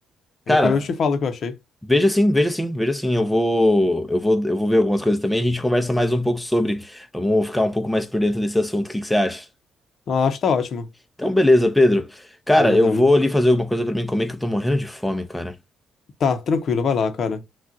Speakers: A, in the centre; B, on the left.
A: Cara,
B: E depois eu te falo o que eu achei.
A: veja sim, veja sim, veja sim. Eu vou, eu vou, eu vou ver algumas coisas também. A gente conversa mais um pouco sobre. Vamos ficar um pouco mais por dentro desse assunto. O que que você acha?
B: Ah, acho que tá ótimo.
A: Então, beleza, Pedro. Cara,
B: Beleza,
A: eu
B: tá,
A: vou
B: muito-
A: ali fazer alguma coisa pra mim comer, que eu tô morrendo de fome, cara.
B: tá, tranquilo, vai lá, cara.